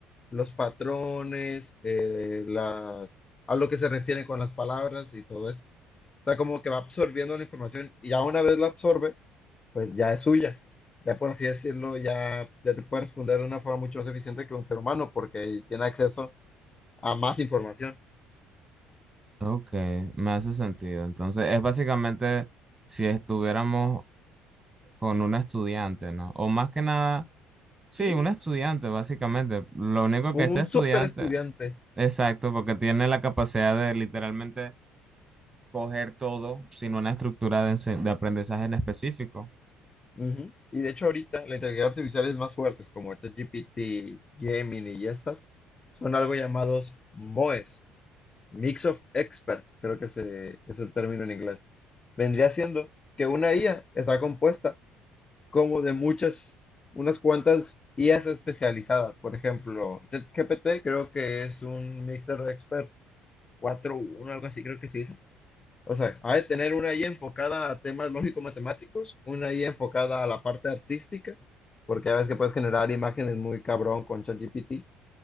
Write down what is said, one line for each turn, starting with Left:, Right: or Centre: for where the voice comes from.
Left: los patrones, eh, las, a lo que se refiere con las palabras y todo esto. O sea, como que va absorbiendo la información y ya una vez la absorbe, pues ya es suya. Ya por así decirlo, ya, ya te puede responder de una forma mucho más eficiente que un ser humano porque tiene acceso a más información.
Right: Ok, me hace sentido. Entonces, es básicamente si estuviéramos con un estudiante, ¿no? O más que nada Sí,
Left: Sí,
Right: un estudiante, básicamente. Lo único
Left: como
Right: que este
Left: un
Right: estudiante,
Left: super estudiante.
Right: exacto, porque tiene la capacidad de literalmente coger todo sin una estructura de, ense- de aprendizaje en específico.
Left: Ujú. Y de hecho ahorita la inteligencia artificial es más fuertes como ChatGPT, Gemini y estas son algo llamados MOEs, Mix of Expert, creo que se- es el término en inglés. Vendría siendo que una IA está compuesta como de muchas, unas cuantas IAs especializadas. Por ejemplo, ChatGPT creo que es un Mixed Expert cuatro punto uno algo así creo que sí. O sea, hay de tener una ahí enfocada a temas lógico-matemáticos, una ahí enfocada a la parte artística, porque ya ves que puedes generar imágenes muy cabrón con ChatGPT,